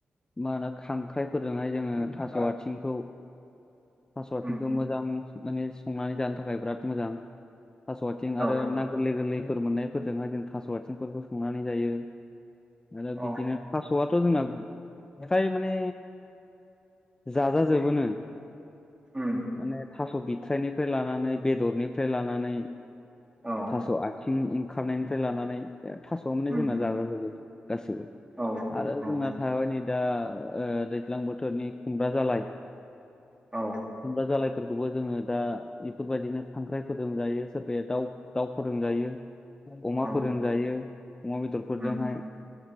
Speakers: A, on the left; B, on the right.
A: मा होनो खांख्राइफोरजोंहाय जोङो थास' आथिंखौ थास'आथिंखौ
B: उम
A: मोजां माने संनानै जानो थाखाय बिराद मोजां थास' आथिं
B: औ
A: आरो ना गोरलै गोरलै मोननायफोरजोंहाय जों थास' आथिंफोरखौ संनानै जायो आरो
B: औ
A: बिदिनो आथ' जोंना फ्राय माने जाजाजोबोनो
B: उम
A: माने थास' बिथ्राइनिफ्राय लानानै बेदरनिफ्राय लानानै
B: औ
A: थास' आथिं ओंखारनायनिफ्राय लानानै बे थास'वा माने
B: उम
A: जोंना जाजाजोबो गासिबो
B: औ
A: आरो
B: औ
A: जोंना हाबाय नै दा ओ दैज्लां बोथोरनि खुमब्रा जालाय
B: औ
A: खुमब्रा जालायफोरखौबो जोङो दा बेफोरबायदिनो खांख्राइ फोरजों जायो सोरबाया दाउ दाउफोरजों जायो। जायो अमाफोरजों
B: औ
A: जायो अमा बेदरफोरजोंहाय
B: उम